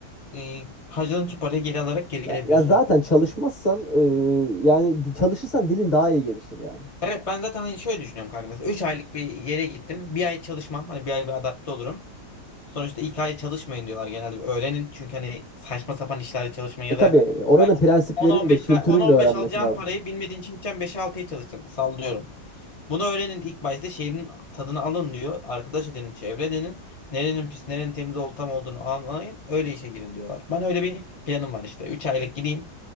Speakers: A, on the left; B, on the left.
A: e, harcadığın tüm parayı geri alarak geri
B: Ya,
A: gelebiliyorsun.
B: ya zaten çalışmazsan e, yani di- çalışırsan dilin daha iyi gelişir yani.
A: Evet ben zaten hani şöyle düşünüyorum kanka mesela 3 aylık bir yere gittim. Bir ay çalışmam hani bir ay bir adapte olurum. Sonuçta ilk ay çalışmayın diyorlar genelde. Bir öğrenin çünkü hani saçma sapan işlerde çalışmayın
B: E
A: ya
B: tabii
A: da
B: e, oranın
A: belki
B: prensiplerini
A: 10-15
B: de kültürünü
A: ver 10-15
B: de öğrenmek
A: alacağın
B: lazım.
A: parayı bilmediğin için gideceksin 5'e 6'ya çalışacaksın sallıyorum. Bunu öğrenin ilk başta şeyin tadını alın diyor. Arkadaş edinin, çevre edinin. Nerenin pis, nerenin temiz olup tam olduğunu anlayın. Öyle işe girin diyorlar. Ben öyle bir planım var işte. 3 aylık gideyim.